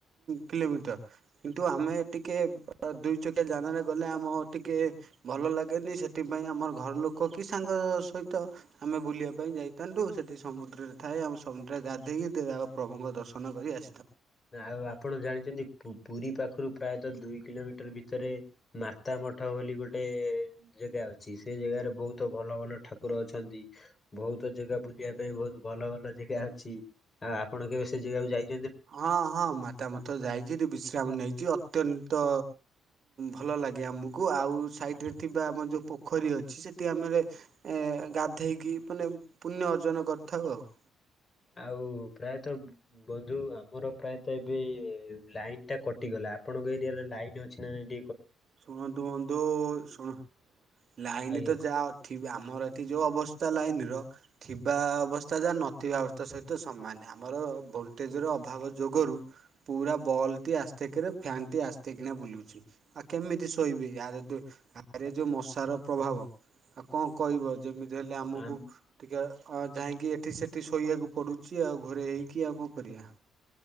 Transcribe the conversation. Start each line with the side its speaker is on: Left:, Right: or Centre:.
Right: କିଲୋମିଟର। କିନ୍ତୁ ଆମେ ଟିକେ ଦୁଇ ଚକିଆ ଯାନା ରେ ଗଲେ ଆମ ଟିକେ ଭଲ ଲାଗେନି। ସେଥିପାଇଁ ଆମର ଘର ଲୋକ କି ସାଙ୍ଗ ସହିତ ଆମେ ବୁଲିବା ପାଇଁ ଯାଇଥାନ୍ତୁ ସେଠି ସମୁଦ୍ରରେ। ଥାଏ ଆମ ସବୁା ଗାଧେଇକି ପ୍ରଭୁଙ୍କ ଦର୍ଶନ କରି ଆସି
Left: ଆଉ ଆପଣ ଜାଣିଛନ୍ତି ପୁରୀ ପାଖରୁ ପ୍ରାୟତଃ ଦୁଇ କିଲୋମିଟର ଭିତରେ ମାତା ମଠ ବୋଲି ଗୋଟେ ଜାଗା ଅଛି ସେ ଜାଗାରେ ବହୁତ ଭଲ ଭଲ ଠାକୁର ଅଛନ୍ତି ବହୁତ ଜାଗା ବୁଲିବା ପାଇଁ ବହୁତ ଭଲ ଭଲ ଜାଗା ଅଛି ଆଉ ଆପଣ କେ ସେ ଜାଗାକୁ ଯାଇ
Right: ହଁ ହଁ ମାତା ମଥ ଯାଇଛି ଟ ବିଶ୍ରାମ ନେଇଛି ଅତ୍ୟନ୍ତ ଭଲ ଲାଗେ ଆମକୁ ଆଉ ସାଇଡ଼ରେ ଥିବା ଆମର ଯେଉଁ ପୋଖରୀ ଅଛି ସେଇଠି ଆମର ଗାଧେଇକି ମାନେ ପୁଣ୍ୟ ଅର୍ଜନ କରିଥାଉ ଆଉ ।
Left: ଆଉ ପ୍ରାୟତଃ ବନ୍ଧୁ ଆ ମୋର ପ୍ରାୟତଃ ଏବେ ଲାଇନ ଟା କଟିଗଲା ଆପଣଙ୍କ ଏରିଆରେ ଲାଇନ୍ ଅଛି ନା ନାଇ
Right: ଶୁଣନ୍ତୁ ଵନ୍ଧୁ ଶୁଣ ଲାଇନ
Left: ଆଜ୍ଞା
Right: ତ ଯାହା ଥିବ ଆମ ଆମର ଏଠି ଯେଉଁ ଅବସ୍ଥା ଲାଇନ ର ଥିବା ଅବସ୍ଥା ଯାହା ନଥିବା ଅବସ୍ଥା ସହିତ ସମାନ ଆମର । କ ଭୋଲଟେଜ ର ଅଭାବ ଯୋଗରୁ ପୁରା ବଲ୍ଟି ଆସକ ଫ୍ୟାନ୍ ଟି ଆସିେ କିନା ବୁଲୁ ଆ୍ଛା <unintelligible> କେମିତି ଶୋଇବି ଆ ଆରେ ଯୋଉ ମଶାର ପ୍ରଭାବ ଆଉ କଣ କହିବ ଯେମିତି । ଦେଲେ ଆମକୁ
Left: ଆମ
Right: ଟିକେ ଅ ଯାଇକି ଏଠି ସେଠି ଶୋଇବାକୁ ପଡୁଚି ଆଉ ଘୋରି ହେଇକି ଆଉ କଣ କରିବା